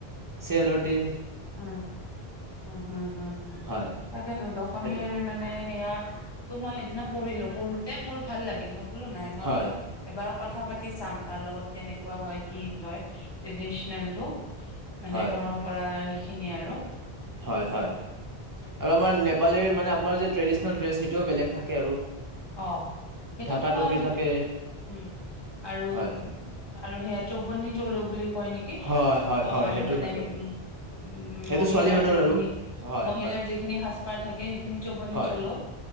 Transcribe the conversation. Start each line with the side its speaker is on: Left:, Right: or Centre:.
Right: চেলটি
Left: উমম হম হম
Right: হয়
Left: তাকেতো দশমীৰ
Right: এইটো
Left: মানে সেয়া তো মই সেইদিনা পঢ়িলো পঢ়োতে মোৰ ভাল লাগিল মোক বোলো নাই মই
Right: হয়
Left: অলপ এবাৰো কথা পাতি পাতি চাম তাৰ লগত কেনেকে কোৱা হয় কি হয় ট্ৰেডিচনেল টো মানে
Right: হয়
Left: পৰম্পৰা সেইখিনিয়ে আৰু
Right: হয় হয় আৰু আমাৰ নেপালীৰ মানে আপাৰ যে ট্ৰেডিচনেল ড্ৰেছ সেইটোও বেলেগ থাকে আৰু
Left: অ সেইটোত
Right: ঢাকা
Left: তো মই
Right: টপি
Left: সেইটোততো
Right: থাকে
Left: উম আৰু
Right: হয়
Left: আৰু সেয়া চৌৱনী চলো বুলি কয় নেকি
Right: হয়, হয়,
Left: অ
Right: হয়, সেইটো
Left: মানে
Right: থাকে।
Left: উ উ
Right: সেইটো
Left: মহিলাৰ
Right: ছোৱালী মানুহৰ
Left: যিখিনি
Right: আৰু হয়,
Left: মহিলাৰ
Right: হয়,
Left: যিখিনি সাজ পাৰ থাকে সেইখিনি চবনি
Right: হয়,
Left: চলোও